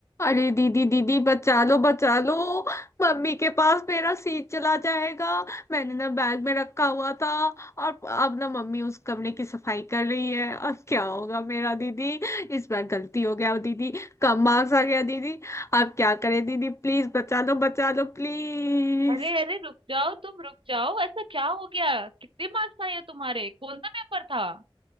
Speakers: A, on the left; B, on the right.
A: अरे दीदी दीदी बचा लो बचा लो मम्मी के पास मेरा सीट चला जाएगा मैंने ना बैग में रखा हुआ था और अब ना मम्मी उस कमरे की सफाई कर रही है अब क्या होगा मेरा दीदी इस बार गलती हो गया दीदी कम मार्क्स आ गया दीदी अब क्या करें दीदी प्लीज बचा लो बचा लो प्लीज
B: अरे अरे रुक जाओ तुम रुक जाओ ऐसा क्या हो गया कितने मार्क्स आए हैं तुम्हारे कौन सा पेपर था